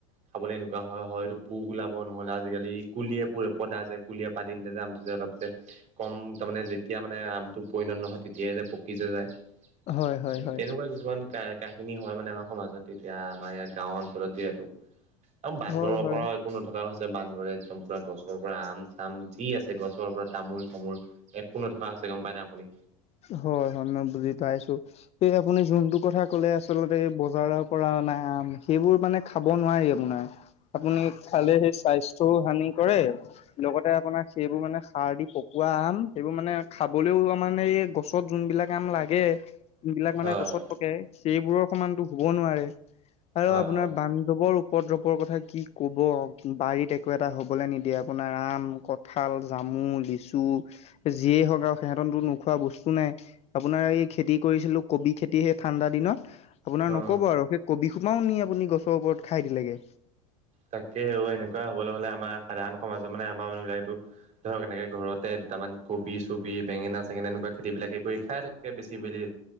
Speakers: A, on the right (about 40°); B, on the left (about 35°).
A: খাবলৈ এনেকুৱা হয়, হয়তো পোম ওলাব নহ'লে আজিকালি কুলিয়ে পুৰে পদা যে কুলিয়ে পাদি দিলে যে আমটো যে অলপ যে কম তাৰমানে যেতিয়া মানে আমটো পৰিণত নহয় তেতিয়াই যে পকি যে যায়।
B: হয় হয়
A: এ,
B: হয়
A: তেনেকুৱা কিছুমান ক-কাহিনী হয় মানে আমাৰ সমাজত। তেতিয়া আমাৰ ইয়াত গাঁও অঞ্চলত যিহেতু আৰু বান্দৰৰপৰা
B: হয় হয়
A: কো নথকা হৈছে, বান্দৰে একদম পূৰা গছৰপৰা আম চাম যি আছে গছৰপৰা তামোল চামোল একো নথকা হৈছে গম পায় নাই আপুনি?
B: হয় হয় মই বুজি পাইছোঁ। এই আপুনি যোনটো কথা ক'লে আচলতে বজাৰৰ পৰা অনা আম সেইবোৰ মানে খাব নোৱাৰি আপোনাৰ। আপুনি খালে সেই স্বাস্থ্য হানি কৰে লগতে আপোনাৰ সেইবোৰ মানে সাৰ দি পকোৱা আম সেইবোৰ মানে খাবলৈও মানে এই গছত যোনবিলাক আম লাগে যোনবিলাক মানে
A: হয়
B: গছত পকে সেইবোৰৰ সমানতো হুব নোৱাৰে, আৰু
A: হয়
B: আপোনাৰ
A: হয় হয়
B: বান্ধৱৰ উপদ্ৰৱৰ কথা কি ক'ব বাৰীত একো এটা হ'বলৈ নিদিয়ে আপোনাৰ আম ক ঠাল, জামু, লিচু যিয়েই হওক আৰু সিহঁতেতো নোখোৱা বস্তু কোঁ নাই। আপোনাৰ এই খেতি কৰিছিলোঁ, কবি খেতি সেই ঠাণ্ডা দিনত আপোনাৰ
A: অ
B: নক'ব আৰুে সেই কবি সোপাও নি আপুনি গছৰ ওপৰত খাই দিলেগে।
A: তাকে অ' এনেকুৱা হ'বলৈ হ'লে আমাৰ সাধাৰণ সমাজত মানে আমাৰ মানুহবিলাকেতো ধৰক এনেকে ঘৰতে দুটামান কবি চবি, বেঙেনা চেঙেনা এনেকুৱা খেতিবিলাকে কৰি খাই থাকে বেছি মেলি